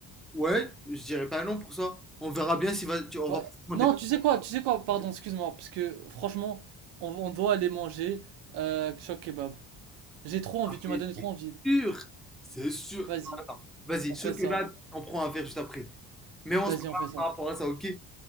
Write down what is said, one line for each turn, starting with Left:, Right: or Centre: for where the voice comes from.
Centre: Ouais, je dirais pas non pour ça. On verra bien si va, tu- on
Right: Bah,
Centre: va prendre
Right: non, tu sais quoi, tu sais quoi, pardon, excuse-moi, parce que franchement, on, on doit aller manger euh, choc kebab. J'ai trop envie, tu
Centre: Mais
Right: m'as donné trop
Centre: c'est
Right: envie.
Centre: sûr. C'est sûr.
Right: Vas-y,
Centre: Attends, vas-y,
Right: on
Centre: choc
Right: fait ça.
Centre: kebab, on prend un verre juste après. Mais on
Right: Vas-y,
Centre: se parle
Right: on fait ça.
Centre: par rapport à ça, ok?